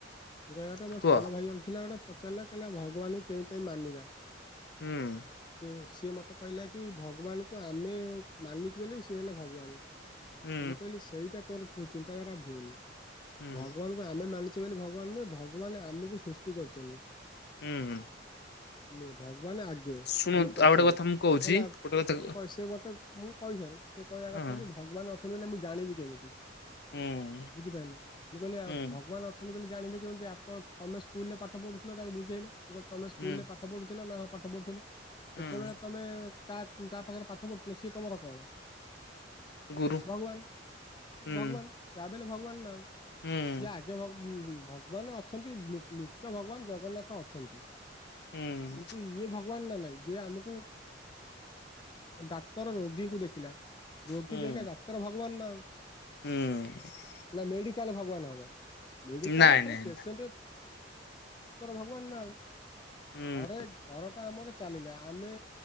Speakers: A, on the left; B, on the left.
A: ମୁଁ କହିବା କଥା
B: କୁହ
A: ସାନ ଭାଇ ଜଣ ଥିଲା ଗୋଟେ ପଚାରିଲା କହିଲା ଭଗବାନଙ୍କୁ କେମିତି ମାନିବା?
B: ହୁଁ।
A: ସେ ସିଏ ମତେ କହିଲା କି ଭଗବାନଙ୍କୁ ଆମେ ମାନୁଛୁ ବୋଲି ସିଏ ହେଲେ ଭଗବାନ।
B: ହୁଁ
A: ମୁଁ କହିଲି ସେଇଟା ତୋର ଚିନ୍ତାଧାରା ଭୁଲ।
B: ହୁଁ
A: ଭଗବାନଙ୍କୁ ଆମେ ମାନିଛେ ବୋଲି ଭଗବାନ ନୁହେଁ ଭଗବାନ ଆମକୁ ସୃଷ୍ଟି କରିଛନ୍ତି।
B: ହୁଁ।
A: ନୁଏ ଭଗବାନ ଆଗେ
B: ଶୁଣୁ
A: ଆମେ ପଛରେ
B: ଆଉ ଗୋଟେ କଥା ମୁଁ କହୁଛି
A: ହେଲା
B: ଗୋଟେ କଥା
A: କଣ ସେ ମତେ ମୁଁ କହିଥିଲିସେ କହିବା
B: ହଁ
A: କଥା କି ଭଗବାନ ଅଛନ୍ତି ବୋଲି ମୁଁ ଜାଣିବି କେମିତି?
B: ହୁଁ।
A: ବୁଝିପାରିଲେ ମୁଁ କହିଲି ଆଉ
B: ହୁଁ
A: ଭଗବାନ ଅ ଜାଣିବେ କେମିତି ଆପଣ ତମେ ସ୍କୁଲରେ ପାଠ ପଢୁଥିଲ ତାକୁ ବୁଝେଇଲେ ତମେ ସ୍କୁଲ
B: ହୁଁ
A: ରେ ପାଠ ପଢୁଥିଲା ନା ନା ପାଠ ପଢୁଥିଲେ ସେତେବେଳେ
B: ହୁଁ
A: ତମେ କା ଯାହା ପାଖରେ ପାଠ ପଢୁଥିଲ ସିଏ ତମର କଣ?
B: ଗୁରୁ
A: ଭଗବାନ
B: ହୁଁ
A: ଭଗବାନ ଯାହାବି ହେଲେ ଭଗବାନ ନା ଆଉ
B: ହୁଁ
A: ଜା ଯେ ଭଗ୍ ଉଁ ଭଗବାନ ଅଛନ୍ତି ମୁ ମୁଖ୍ୟ ଭଗବାନ ଜଗନ୍ନାଥ ଅଛନ୍ତି।
B: ହୁଁ
A: କିନ୍ତୁ ଇଏଭାବ କୁହ ନା ନାଇଁ ଯିଏ ଆମକୁ ଡାକ୍ତର ରୋଗୀଙ୍କୁ ଦେଖିଲା। ରୋଗୀ
B: ହୁଁ
A: ପାଇଁକା ଡାକ୍ତର ଭଗବାନ ନା ଆଉ।
B: ହୁଁ।
A: ନା ମେଡିକାଲରେ ଭଗବାନ ହବ ମେଡିକାଲରେ
B: ନାଇଁ
A: ଖାଲି
B: ନାଇଁ
A: ପେସେଣ୍ଟ
B: ନାଇଁ
A: ଡାକ୍ତର ଭଗବାନ ନା ଆଉ
B: ହୁଁ
A: ଘରେ ଘର ଟା ଆମର ଚାଲିଲେ ଆମେ